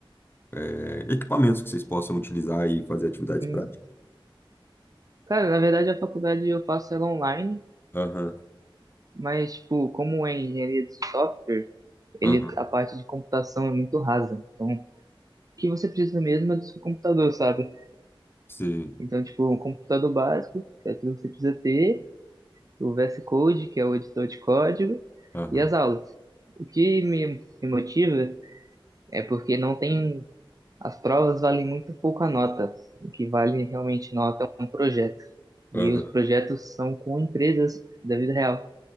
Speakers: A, on the left (about 25°); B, on the right (about 40°).
A: é, é, equipamentos que vocês possam utilizar e fazer atividades
B: Então,
A: práticas.
B: Cara, na verdade a faculdade eu faço ela online,
A: Aham,
B: mas tipo, como é engenharia de software, ele,
A: aham,
B: a parte de computação é muito rasa. Então, o que você precisa mesmo é do seu computador, sabe?
A: sim,
B: Então, tipo, um computador básico, que é tudo que você precisa ter, o VS Code, que é o editor de código,
A: aham,
B: e as aulas. O que me, me motiva é porque não tem, as provas valem muito pouco a nota. O que vale realmente nota é um projeto. E
A: aham,
B: os projetos são com empresas da vida real.